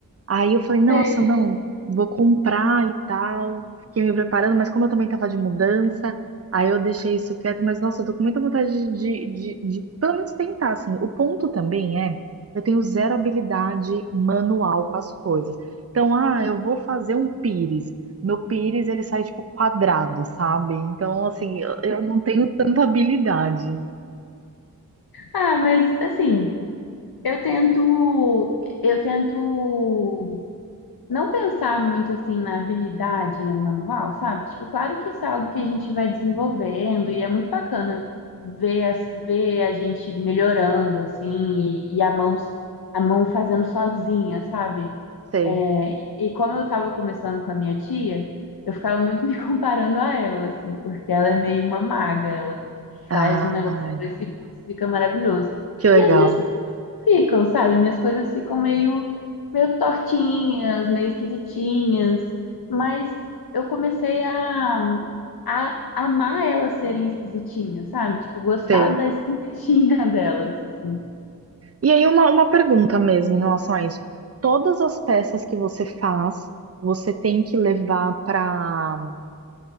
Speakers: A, on the right; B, on the left.
A: Aí eu falei, nossa,
B: Sei.
A: não, vou comprar e tal. Fiquei me preparando, mas como eu também tava de mudança, aí eu deixei isso quieto. Mas nossa, eu tô com muita vontade de, de, de, pelo menos tentar, assim. O ponto também é, eu tenho zero habilidade manual com as coisas. Então, ah, eu vou fazer um pires. Meu pires, ele sai tipo quadrado, sabe? Então, assim, eu, eu não tenho tanta habilidade.
B: Ah, mas assim, eu tento, eu tento não pensar muito assim na habilidade manual, sabe? Tipo, claro que isso é algo que a gente vai desenvolvendo e é muito bacana ver, as- ver a gente melhorando assim e, e a mão a mão fazendo sozinha, sabe?
A: Sei.
B: É, e como eu tava começando com a minha tia, eu ficava muito me <laughs> comparando a ela, assim, porque ela é meio uma maga, ela faz
A: Ai,
B: um negócio em dois segundos e fica maravilhoso.
A: que legal.
B: E as minhas ficam, sabe? Minhas coisas ficam meio, meio tortinhas, meio esquisitinhas, mas eu comecei a, a amar elas serem esquisitinhas, sabe? Tipo, gostar
A: Sei.
B: da esquisitinha <laughs> delas, assim.
A: E aí, uma, uma pergunta mesmo em relação a isso. Todas as peças que você faz, você tem que levar para.